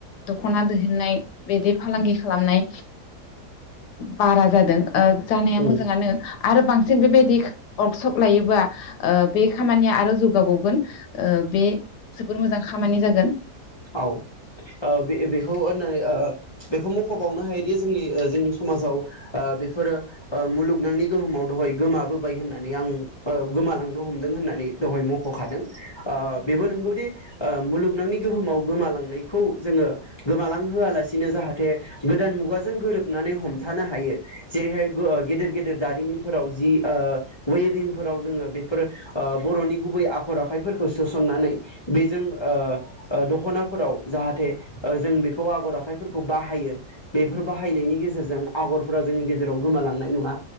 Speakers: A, on the left (about 80°); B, on the left (about 40°).
A: दखना दैहुननाय बिदि फालांगि खालामनाय बारा जादों जानाया
B: उम
A: मोजांङानो आरो बांसिन बेबायदि वार्कशप लायोबा बे खामानिया आरो जौगाबावगोन ओ बे जोबोर मोजां खामानि जागोन
B: औ बे बेखौ होननाय बेखौ मुख खबावनो हायोदि जोंनि जोंनि समाजाव बेफोरो मुलुगनांनि गोहोमाव दहाय गोमाबोबाय होननानै आं गोमालांनो हमदों होननानै दहाय मख होखादों ओ बेबो नंगौदि मुलुगनांनि गोहोमाव गोमालांनायखौ जोङो गोमालांहोआलासिनो जाहाथे गोदान मुगाजों गोरोबनानै हमथानो हायो जेरैहाय गो गेदेर गेदेर दारिमिन फोराव जि ओ वेभिंफोराव जोङो बेफोर ओ बर'नि गुबै आखर आखाइफोरखौ सोसननानै बेजों ओ ओ दखना दखना फोराव जाहाथे जों बेखौ आगर आखाइफोरखौ बाहायो। बेफोर बाहायनायनि गेजेरजों आगरफोरा जोंनि गेजेराव गोमालांनाय नङा।